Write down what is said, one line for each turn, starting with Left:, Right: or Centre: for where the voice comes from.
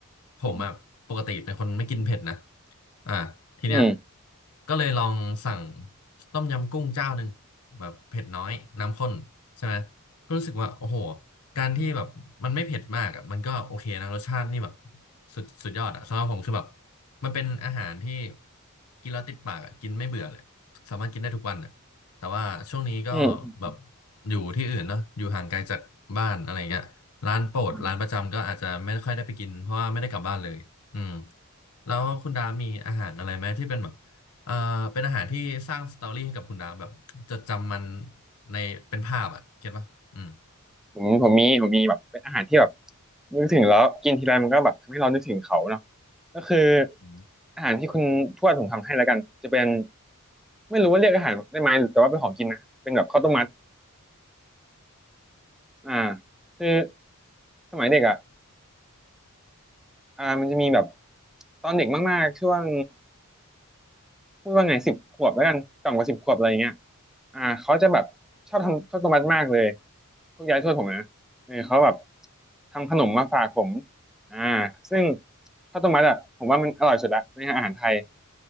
Left: ผมอ่ะปกติเป็นคนไม่กินเผ็ดนะ
Centre: อืม
Left: อ่าทีเนี้ย
Centre: อืม
Left: ก็เลยลองสั่งต้มยำกุ้งเจ้าหนึ่งแบบเผ็ดน้อยน้ำข้นใช่ไหมก็รู้สึกว่าโอ้โหการที่แบบมันไม่เผ็ดมากอ่ะมันก็โอเคนะรสชาตินี่แบบสุดสุดยอดอ่ะสำหรับผมคือแบบมันเป็นอาหารที่กินแล้วติดปากอ่ะกินไม่เบื่อเลยสามารถกินได้ทุกวันอ่ะแต่ว่าช่วงนี้ก็แบบ
Centre: อืม
Left: อยู่ที่อื่นเนาะอยู่ห่างไกลจากบ้านอะไรเงี้ยร้านโปรดร้านประจำก็อาจจะไม่ค่อยได้ไปกินเพราะว่าไม่ได้กลับบ้านเลย
Centre: อืม
Left: อืมแล้วคุณดามีอาหารอะไรไหมที่เป็นแบบเอ่อเป็นอาหารที่สร้างสตอรี่ให้กับคุณดาแบบจดจำมันในเป็นภาพอ่ะเก็ตปะอืม
Centre: อืมผมผมมีผมมีแบบเป็นอาหารที่แบบนึกถึงแล้วกินทีไรมันก็แบบทำให้เรานึกถึงเขาเนาะก็คือ
Left: อืม
Centre: อาหารที่คุณทวดผมทำให้แล้วกันจะเป็นไม่รู้ว่าเรียกอาหารได้ไหมแต่ว่าเป็นของกินนะเป็นแบบข้าวต้มมัดอ่าคือสมัยเด็กอ่ะอ่ามันจะมีแบบตอนเด็กมากๆช่วง พูดว่าไงสิบขวบแล้วกันต่ำกว่าสิบขวบอะไรอย่างเงี้ยอ่าเขาจะแบบชอบทำข้าวต้มมัดมากเลยพวกยายทวดผมนะเออเขาแบบทำขนมมาฝากผมอ่าซึ่งข้าวต้มมัดอ่ะผมว่ามันอร่อยสุดละในอาหารไทย